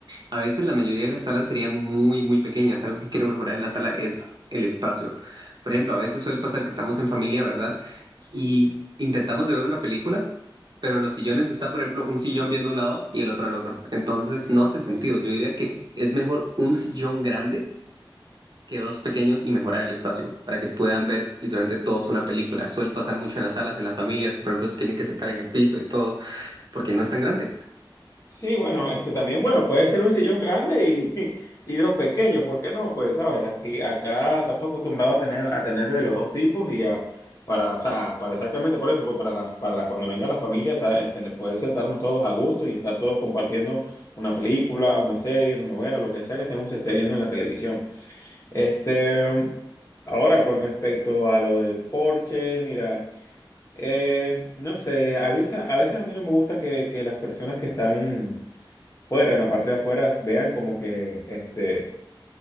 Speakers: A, on the right; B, on the left.
A: A veces la mayoría de las salas serían muy, muy pequeñas. Algo que quiero mejorar en la sala es el espacio. Por ejemplo, a veces suele pasar que estamos en familia, ¿verdad? Y intentamos de ver una película, pero en los sillones está, por ejemplo, un sillón viendo un lado y el otro al otro. Entonces no hace sentido. Yo diría que es mejor un sillón grande que dos pequeños y mejorar el espacio para que puedan ver literalmente todos una película. Suele pasar mucho en las salas, en las familias, que por ejemplo se tienen que sentar en el piso y todo, porque no es tan grande.
B: Sí, bueno, este también, bueno, puede ser un sillón grande y, <laughs> y dos pequeños, ¿por qué no? Pues, sabes, aquí, acá estamos acostumbrados a tener, a tener de los dos tipos y a, para, o sea, para exactamente por eso, pues para la, para la- cuando venga la familia, ta- este, poder sentarnos todos a gusto y estar todos compartiendo una película, una serie, una novela, lo que sea que estemos esté viendo en la televisión. Este, ahora, con respecto a lo del porche, mira, eh, no sé, avisa, a veces a mí no me gusta que, que las personas que están fuera, en la parte de afuera, vean como que, este,